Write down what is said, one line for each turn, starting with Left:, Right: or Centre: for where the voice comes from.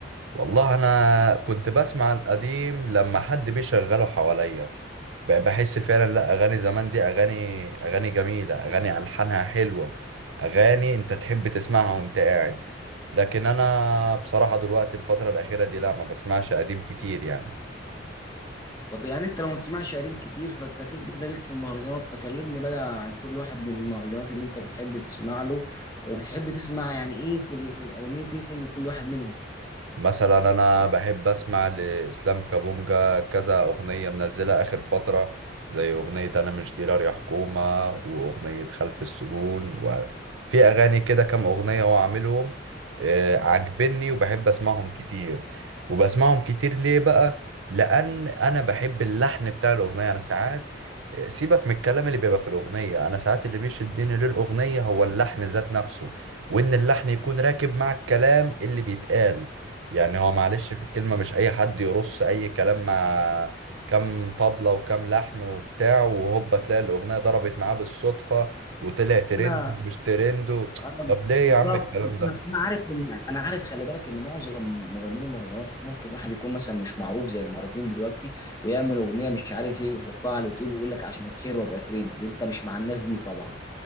Right: والله انا كنت بسمع القديم لما حد بيشغله حواليا ب- بحس فعلا لا اغاني زمان دي اغاني اغاني جميله اغاني الحانها حلوه اغاني انت تحب تسمعها وانت قاعد لكن انا بصراحه دلوقتي الفتره الاخيره دي لا ما بسمعش قديم كتير يعني
Left: طب يعني انت لو ما تسمعش قديم كتير فانت كده كده ليك في المهرجانات فكلمني بقى عن كل واحد من المهرجانات اللي انت بتحب تسمع له وبتحب تسمع يعني ايه في الاغنيه لكل واحد منهم
Right: مثلا انا بحب اسمع لاسلام كابونجا كذا اغنيه منزلها اخر فتره زي اغنيه انا مش ديلر يا حكومه واغنيه خلف السجون وفي اغاني كده كام اغنيه هو عاملهم آه، عاجبني وبحب اسمعهم كتير وبسمعهم كتير ليه بقى لان انا بحب اللحن بتاع الاغنيه انا ساعات آه، سيبك من الكلام اللي بيبقى في الاغنيه انا ساعات اللي بيشدني للاغنيه هو اللحن ذات نفسه وان اللحن يكون راكب مع الكلام اللي بيتقال يعني هو معلش في الكلمة مش أي حد يرص أي كلام مع كام طبلة وكام لحن وبتاع وهوبا تلاقي الأغنية ضربت معاه بالصدفة وطلع ترند
Left: انا
Right: ومش ترند و...
Left: انا
Right: طب ليه
Left: بالظبط
Right: يا عم الكلام
Left: انا
Right: ده؟
Left: أنا عارف ان انا عارف خلي بالك ان معظم مغنيين المهرجانات ممكن واحد يكون مثلا مش معروف زي المعروفين دلوقتي ويعمل اغنيه مش عارف ايه ويحطها على اليوتيوب يقول لك عشان اتشير وابقى ترند انت مش مع الناس دي طبعا